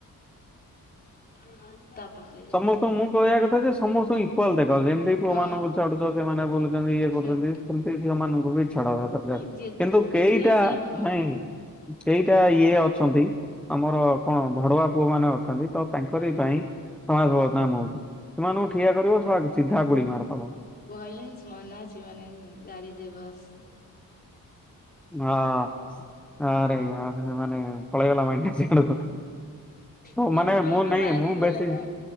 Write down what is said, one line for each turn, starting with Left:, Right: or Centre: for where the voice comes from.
Left: ହୁଁ ତା ପାଖେ
Centre: ସମସ୍ତଙ୍କୁ ମୁଁ କହିଆ କଥା ଯେ, ସମସ୍ତଙ୍କୁ ଇ କୁଆଲ ଦେଖ ଯେମିତି, ପୁଅ
Left: ହଁ
Centre: ମାନଙ୍କୁ ଛାଡୁଛ ସେମାନେ ବୁଲୁଛନ୍ତି ଇଏ
Left: ଝିଅ
Centre: କରୁଛନ୍ତି,
Left: ପିଲା
Centre: ସେମିତି ଝିଅମାନଙ୍କୁ ବି ଛାଡିବା ଦରକାର।
Left: ନାଇଁ ଯେତିକି
Centre: କିନ୍ତୁ କେଇଟା
Left: ଦେଖିଲେ ସେ ହଁ
Centre: ନାଇଁ କେଇଟା ଇଏ ଅଛନ୍ତି, ଆମର କଣ ଭଡୁଆ ପୁଅ ମାନେ ଅଛନ୍ତି ତ ତାଙ୍କରି
Left: ଆ
Centre: ପାଇଁ ସମାଜ ବାଦନାମ ହଉଚି, ସେମାନଙ୍କୁ ଠିଆ କରିବ ଶଳା! ସିଧା ଗୁଳି ମାରିଦବ ହଁ
Left: ଭଲେସ ମନେ ଅଛି ମାନେ ଗାଳି ଦେବ ବାସ୍ <unintelligible>
Centre: ହଁ- ହଁ ରେ ମାନେ ପଳେଇଗଲା ମାଇଣ୍ଡ <unintelligible>
Left: ଫ୍ଲୋ
Centre: ମାନେ
Left: ଫ୍ଲୋ
Centre: ମୁଁ
Left: ରୁ
Centre: ନାଇଁ
Left: ବାହାରି
Centre: ମୁଁ
Left: ଗଲା
Centre: ବେସ୍
Left: ନା